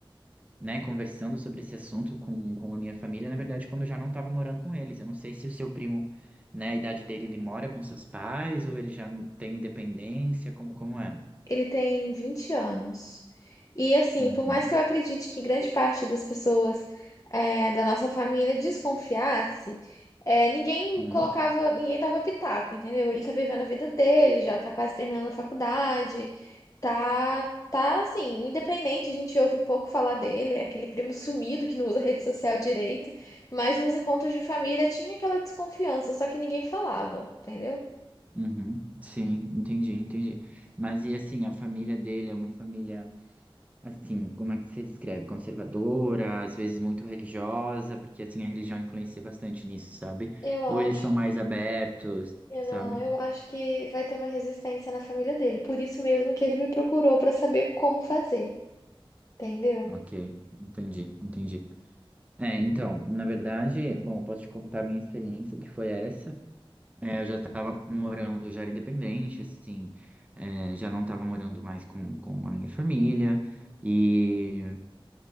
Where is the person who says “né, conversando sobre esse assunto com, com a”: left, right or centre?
Right